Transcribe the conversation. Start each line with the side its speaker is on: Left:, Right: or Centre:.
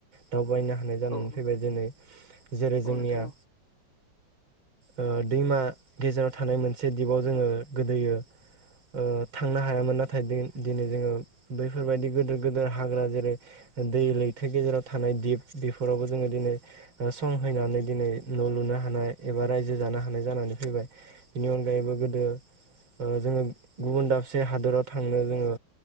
Right: दावबायनो। नानै
Left: औ
Right: फैबाय जै जेरै
Left: औ
Right: जोंनिया।
Left: नोंथां औ
Right: ओ दैमा गेजेराव थानाय मोनसे दिपाव जोङो गोदोयो। ओ थांनो हायामोन नाथाय दि दिनै जोङो बैफोरबायदि गिदिर गोिदेर हाग्रा जेरै। दै लैथो गेजेराव थानाय दिप बेफोरावबो जोङो दिनै संहैनानै दिनै न लु। नो हानाय एबा रायजो जानो हानाय जानानै फैबाय बिनि अनगायैबो गोदो। ओ जोङो गुबुन दाबसे हादोराव थांनो जोङो